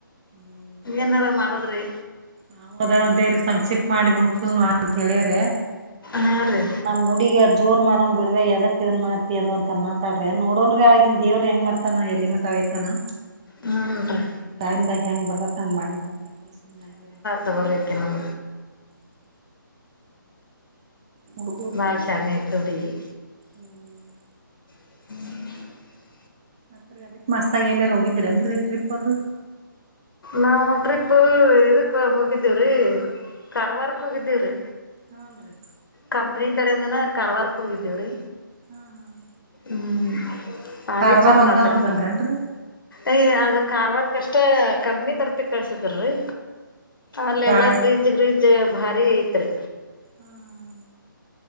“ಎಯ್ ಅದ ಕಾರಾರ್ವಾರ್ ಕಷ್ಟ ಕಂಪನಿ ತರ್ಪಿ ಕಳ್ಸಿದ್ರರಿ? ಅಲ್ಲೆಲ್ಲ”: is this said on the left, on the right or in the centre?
Left